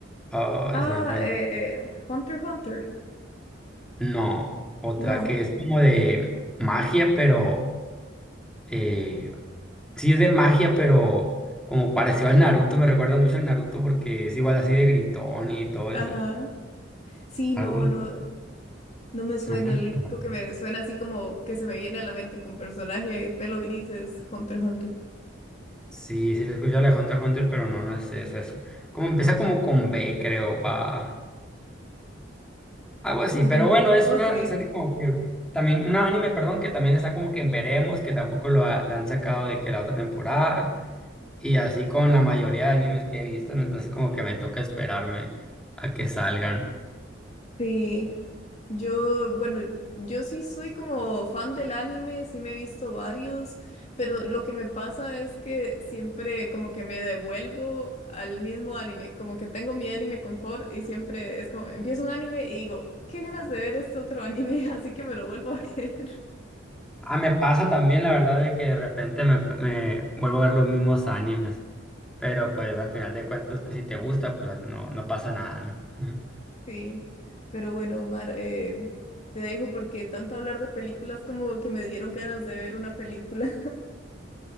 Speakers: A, in the centre; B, on the left.
A: ah,
B: Ah,
A: se me fue el...
B: eh, Hunter x Hunter.
A: No, otra
B: No.
A: que es como de magia, pero... eh, Sí, es de magia, pero como parecido al Naruto, me recuerda mucho al Naruto porque es igual así de gritón y todo
B: Ajá.
A: eso.
B: Sí,
A: Algo,
B: no,
A: de-
B: no. No me suena.
A: no me acuerdo.
B: Lo único que me suena así como que se me viene a la mente con personaje pelo gris es Hunter x Hunter.
A: Sí, sí lo he escuchado de Hunter x Hunter, pero no, no es esa. Es como empieza como con B, creo, va. Algo así,
B: Mm.
A: pero bueno, es
B: Ok.
A: una serie como que también, un anime, perdón, que también está como que en veremos, que tampoco lo ha- la han sacado de que la otra temporada, y así con la mayoría de animes que he visto, ¿no? entonces como que me toca esperarme a que salgan.
B: Sí. Yo, bueno, yo sí soy como fan del anime, sí me he visto varios, pero lo que me pasa es que siempre como que me devuelvo al mismo anime, como que tengo mi anime confort y siempre es como, empiezo un anime y digo, qué ganas de ver este otro anime, <laughs> así que me lo vuelvo a ver. <laughs>
A: Ah, me pasa también la verdad de que de repente me, me vuelvo a ver los mismos animes, pero pues al final de cuentas, pues si te gusta, pues no, no pasa nada, ¿no? Ujú.
B: Sí, pero bueno, Omar, eh, te dejo porque tanto hablar de películas como que me dieron ganas de ver una película,